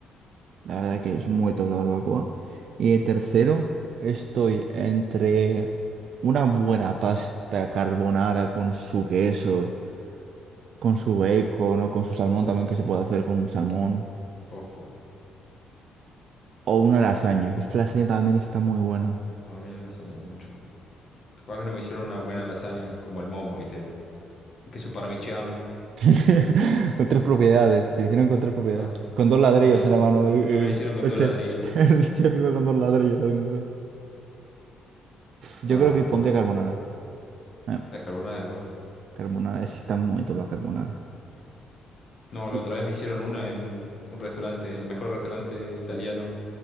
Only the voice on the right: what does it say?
La verdad que es muy top la barbacoa. Y el tercero, estoy entre una buena pasta carbonara con su queso, con su bacon o con su salmón también que se puede hacer con salmón.
O una lasaña, que es que la lasaña también está muy buena.
<laughs> Con tres propiedades, se le hicieron con tres propiedades.
Con dos ladrillos
en la mano, el,
el-
el
chef.
<laughs>
El
chef iba con dos ladrillos haciendo eso. Yo
creo
que pondría
carbonara. Eh,
carbonara, es que está muy top la carbonara.
Y